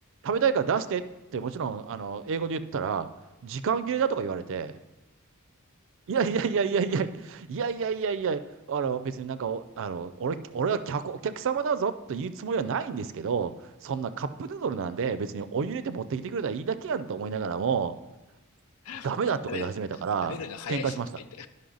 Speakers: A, on the right (about 60°); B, on the left (about 75°).
A: 食べたいから出してって、もちろん、あの、英語で言ったら、時間切れだとか言われて、いやいやいやいやいや、いやいやいやいや、あの別になんかお、あの、俺、俺は客、お客様だぞと言うつもりはないんですけど、そんなカップヌードルなんで別にお湯入れて持ってきてくれたらいいだけやんと思いながらも、ダメだとか言い始めたから、
B: 食べる、食べるの早いし、
A: 喧嘩しました。
B: とか言って。